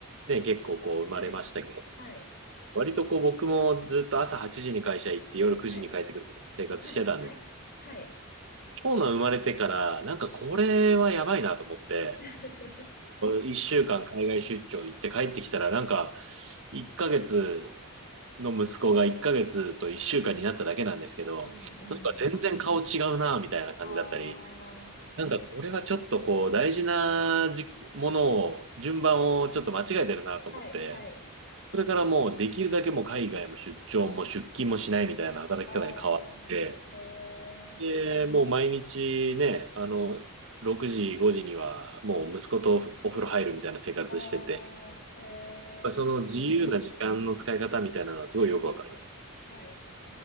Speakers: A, on the right (about 65°); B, on the left (about 45°).
A: ね、結構こう、生まれましたけど
B: はい、はい、
A: 割とこう僕もずっと朝8時に会社行って夜9時に帰ってくるみたいな生活してたんです。
B: はい、はい、はい。はい
A: 長男生まれてからなんかこれはやばいなと思って、
B: <laughs>
A: 1週間海外出張行って帰ってきたらなんか1ヶ月の息子が1ヶ月と1週間になっただけなんですけど、
B: うんうん。
A: なんか全然顔違うなみたいな感じだったり、
B: ああ
A: なんかこれはちょっとこう大事なじものを順番をちょっと間違えてるなと思って、
B: はい、はい。
A: それからもうできるだけもう海外も出張も出勤もしないみたいな働き方に変わって、
B: ああへえ、
A: で、もう毎日ね、あの、6時、5時にはもう息子とお風呂入るみたいな生活してて、
B: ああへ
A: その自由な時間の使い方みたいなのはすごいよくわかる。
B: え、いいですよね。はい、はい、はい。